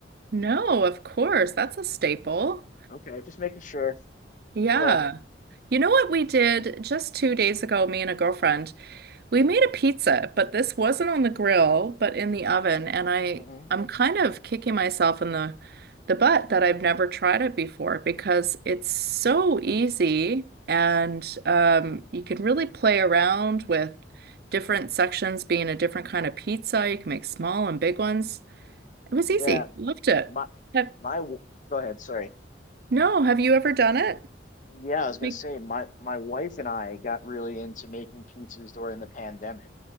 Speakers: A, on the right; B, on the left.
A: No, of course. That's a staple.
B: Okay, just making sure.
A: Yeah.
B: Yeah.
A: You know what we did just two days ago, me and a girlfriend? We made a pizza, but this wasn't on the grill, but in the oven, and I
B: hmm
A: I'm kind of kicking myself in the the butt that I've never tried it before because it's so easy and um, you can really play around with different sections being a different kind of pizza. You can make small and big ones. It was easy.
B: Yeah.
A: Loved it.
B: My
A: Have,
B: my. w- Go ahead. Sorry.
A: no, have you ever done it?
B: Yeah, I was gonna
A: Make,
B: say my my wife and I got really into making pizzas during the pandemic.